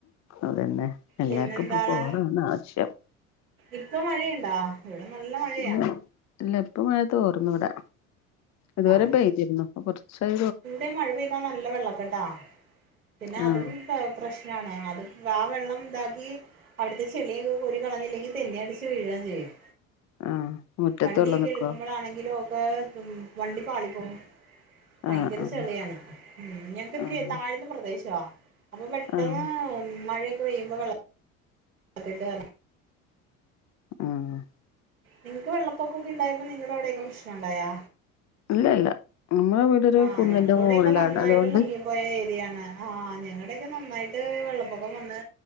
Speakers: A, on the left; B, on the right.
A: അതന്നെ എല്ലാർക്കും
B: പിന്നെന്താണ്
A: ഇപ്പൊ ഫോണാണ് ആവശ്യം
B: ഇപ്പൊ മഴയുണ്ടാ ഇവിടെ നല്ല മഴയാ
A: പിന്നെ ഇല്ല ഇപ്പ മഴത്ത് തോർന്നു ഇവിടെ ഇതുവരെപ്പഴതിരുന്നു
B: ആഹ്
A: കുറച്ചായ
B: ഇവിടെ മഴ പെയ്താ നല്ല വെള്ളക്കെട്ടാ പിന്നെ അതും
A: ആഹ്
B: പ്രശ്നണ അത് ആ വെള്ളം ഇതാക്കി അവിടുത്തെ ചെളിയൊെ ഒരു കളഞ്ഞില്ലെങ്കിൽ തെന്നെ അടിച്ച് വീഴുകയും ചെയ്യും
A: ആഹ് മുറ്റത്ത്
B: വണ്ടിൊക്കെ
A: വെള്ളം നിക്കുവോ
B: എടുക്കുമ്പോളാണെങ്കിലും ഒക്കെ ഉ വണ്ടി പാളി പോവും. ഭയങ്കര
A: ആഹ് ആഹ്
B: ചെളിയാണ് ഉ ഞങ്ങക്ക്എത്തിരിയാ
A: ആഹ്
B: താഴന്ന പ്രദേശവാ അപ്പൊ പെട്ടെന്ന്
A: ആഹ്
B: മഴയൊക്കെ പെയ്യുമ്പോ വള ആട്ട്
A: ആഹ്
B: നിങ്ങക്ക് വെള്ളപ്പൊക്കൊക്കെ ഇണ്ടായപ്പോ നിങ്ങളടെ അവിടെയൊക്കെ പ്രശ്നം ഉണ്ടായാ?
A: ഇല്ല ഇല്ല നമ്മളെ വീടൊരു
B: ആഹ
A: കുന്നിന്റെ
B: ഞങ്ങക്ക് ഇവിടെൊക്കെ
A: മോളിലാണ്
B: നന്നായിട്ട്
A: അതുകൊണ്ട്
B: മുങ്ങിപ്പോയ ഏരിയാണ് ആഹ് ഞങ്ങളുടെയൊക്കെ നന്നായിട്ട് വെള്ളപ്പൊക്കം വന്ന്